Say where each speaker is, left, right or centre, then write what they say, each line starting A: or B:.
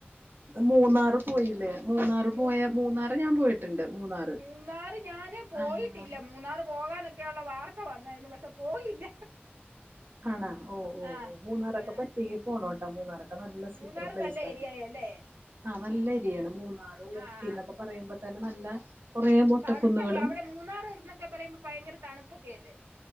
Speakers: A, on the right; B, on the right.
A: മൂന്നാറ് പോയില്ലേ മൂന്നാറ്
B: മൂ
A: പോയ മൂന്നാറ് ഞാൻ പോയ് ണ്ട്ട്ട് മൂന്നാറ്
B: മൂന്നാറ് ഞാന് പോയിട്ടില്ല
A: ആഹ്
B: മൂന്നാറ് പോകാനൊക്കെ ക്കെയ്ള്ള വാർത്ത വന്നായ്ര്ന്നു പഷെ പോയില്ല
A: ആണാ ഒ ഒ
B: ആ
A: ഓ മൂന്നാറൊക്കെ
B: ആ
A: പറ്റ്യങ്കി പോണോട്ടോ മൂന്നാറൊക്കെ നല്ല
B: മൂന്നാറ്
A: സൂപ്പർ പ്ലേസ്
B: നല്ല
A: ആണ്
B: ഏരിയായല്ലേ
A: ആഹ് നല്ല എരിയാണ് മൂന്നാറ് ഊട്ടി
B: ആഹ്
A: ന്നൊക്കെ പറയുമ്പ തന്നെ നല്ല കൊറേ മൊട്ടക്കുന്നുകളും
B: തണുപ്പല്ലേ അവിടെ മൂന്നാറ് ന്നൊക്കെ പറയുമ്പൊ ഭയങ്കര തണുപ്പൊക്ക ല്ലെ